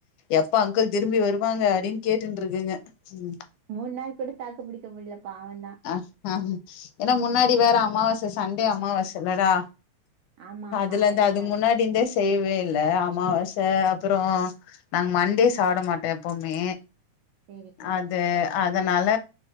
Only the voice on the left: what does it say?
எப்ப அங்கிள் திரும்பி வருவாங்க அப்படின்னு கேட்டுட்டு இருக்குங்க ம்
அ ஆ ஏன்னா முன்னாடி வேற அமாவாசை சண்டே அமாவாசை இல்லடா
அதுல இருந்து
அதுக்கு முன்னாடி இருந்தே செய் இல்ல அமாவாசை அப்புறம் நாங்க மண்டே சாப்பிட மாட்டோம் எப்பவுமே
அது அ அதனால